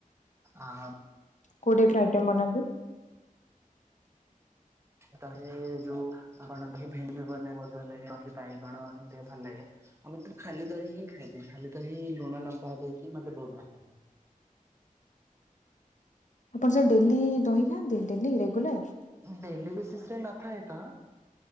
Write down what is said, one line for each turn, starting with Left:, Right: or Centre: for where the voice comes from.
Right: ଆଉ
Left: କୋଉ ଟାଇପ୍ ର ଆଇଟମ୍ ବନାନ୍ତି?
Right: ତାହେଲେ ଏ ଯୋଉ ଆ କଣ ଭେଣ୍ଡି <unintelligible> ବାଇଗଣ ଏମତି ଟିକେ ଭଲ ଲାଗେ। ଆମେ ତେ ଖାଲି ଦହି ହିଁ ଖାଇଥାଏ ଖାଲି ଦହି ଲୁଣ ଲଙ୍କା ଦେଇକି ମତେ ବହୁତ୍ ଭଲ ଲାଗେ।
Left: ଆପଣ ସାର୍ ଡେଲି ଦହି ଖାଆନ୍ତି ଡେଲି ରେଗୁଲାର?
Right: ଡେଲି ବେସିସ୍ ରେ ନଥାଏ ତ